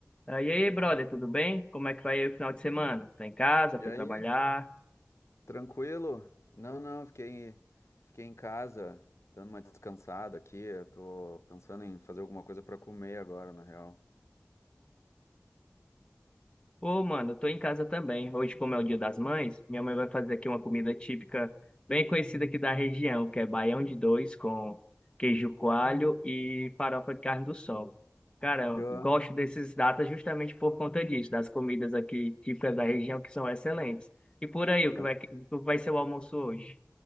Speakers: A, on the left; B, on the left.
A: Ah, E aí, brother, tudo bem? Como é que vai aí o final de semana? Tá em casa?
B: E
A: Foi
B: aí,
A: trabalhar?
B: tranquilo? Não, não, fiquei, fiquei em casa, dando uma descansada aqui. Eu tô pensando em fazer alguma coisa pra comer agora, na real.
A: Ô, mano, eu tô em casa também. Hoje, como é o Dia das Mães, minha mãe vai fazer aqui uma comida típica bem conhecida aqui da região, que é baião de dois com queijo coalho e farofa de carne do sol. Cara, eu
B: Ah,
A: gosto desses datas justamente por conta disso, das comidas aqui típicas da região que são excelentes. E por aí,
B: mas-
A: o que vai, o que vai ser o almoço hoje?